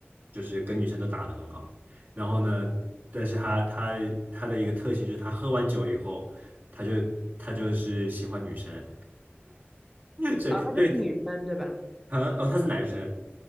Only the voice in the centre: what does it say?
啊，她就是女生对吧？